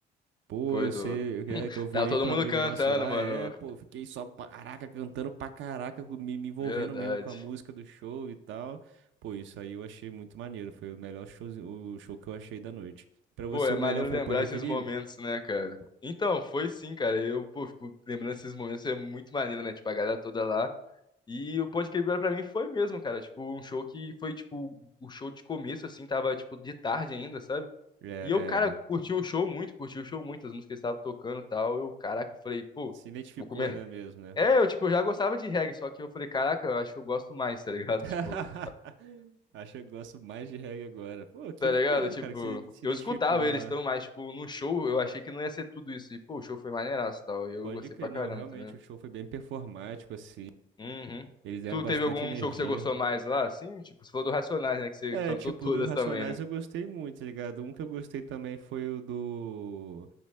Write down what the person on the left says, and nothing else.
foi
do.
Tava todo
mundo
cantando,
mano.
Verdade.
Pô, é
maneiro
lembrar
esses
momentos, né, cara? Então, foi sim, cara. Eu, pô, fico lembrando esses momentos, é muito maneiro, né? Tipo, a galera toda lá. E o Ponte Quebrada pra mim foi mesmo, cara. Tipo, um show que foi, tipo, o show de começo, assim, tava, tipo, de tarde ainda, sabe?
E eu,
cara, curti o show muito, curti o show muito, as músicas que eles estavam tocando e tal. Eu, caraca, falei, pô,
vou comer.
É, eu, tipo, eu já gostava de reggae, só que eu falei, caraca, eu acho que eu gosto mais, tá ligado?
<laughs> Tipo,
tá
ligado? Tipo,
eu
escutava eles
tão, mas, tipo, no show eu achei que não ia ser tudo isso. E, pô, o show foi maneiraço e tal. E eu
gostei
pra
caramba,
tá ligado?
Uhum.
Tu
teve algum
show que você gostou mais lá? Sim, tipo, você falou do Racionais, né? Que você
cantou
todas
também, né?